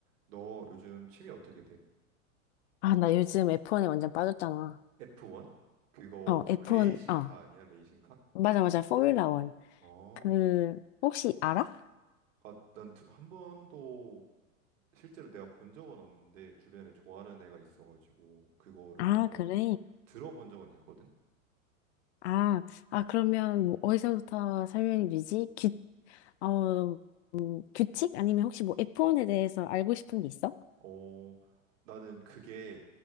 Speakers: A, on the right; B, on the left.
A: 너 요즘 취미 어떻게 돼?
B: 아, 나 요즘 F1에 완전 빠졌잖아.
A: F1? 그거
B: 어, F1,
A: 레이싱카
B: 아,
A: 아니야? 레이싱카?
B: 맞아, 맞아. 포뮬라 원
A: 어.
B: 그, 혹시 알아?
A: 아, 난한 번도 실제로 내가 본 적은 없는데 주변에 좋아하는 애가 있어가지고 그거를
B: 아,
A: 한번
B: 그래.
A: 들어본 적은 있거든?
B: 아, 아, 그러면 뭐 어디서부터 설명해 주지? 규, 어, 음, 규칙? 아니면 혹시 뭐 F1에 대해서 알고 싶은 게 있어?
A: 어, 나는 그게